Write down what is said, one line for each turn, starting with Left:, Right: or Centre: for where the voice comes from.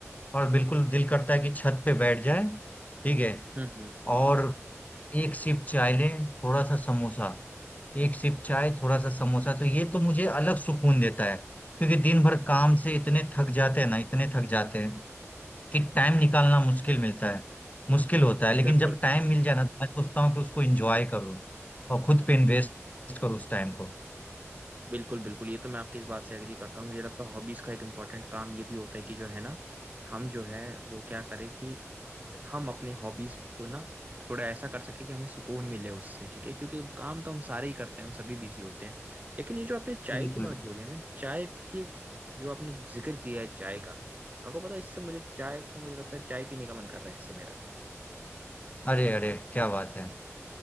Left: और बिल्कुल दिल करता है कि छत पे बैठ जाए ठीक है
Right: हम्म हम्म,
Left: और एक सिप चाय लें थोड़ा सा समोसा एक सिप चाय थोड़ा सा समोसा तो ये तो मुझे अलग सुकून देता है क्योंकि दिन भर काम से इतने थक जाते हैं ना इतने थक जाते हैं कि टाइम निकालना मुश्किल मिलता है मुश्किल होता है लेकिन
Right: बिल्कुल
Left: जब टाइम मिल जाए ना तो मैं सोचता हूँ कि उसको एंजॉय करूँ और खुद पे इन्वेस्ट करूँ उस टाइम को
Right: बिल्कुल बिल्कुल ये तो मैं आपकी इस बात से एग्री करता हूँ मुझे लगता है हॉबीज का एक इम्पॉर्टेंट काम ये भी होता है कि जो है ना हम जो है वो क्या करें कि हम अपने हॉबीज को ना थोड़ा ऐसा कर सके कि हमें सुकून मिले उससे ठीक है क्योंकि काम तो हम सारे ही करते हैं हम सभी बिजी होते हैं लेकिन ये जो आपने चाय
Left: बिल्कुल
Right: की बात बोली है ना चाय की जो आपने जिक्र किया है चाय का आपको पता है इससे मुझे चाय का मुझे लगता है चाय पीने का मन कर रहा है इससे मेरा
Left: अरे अरे क्या बात है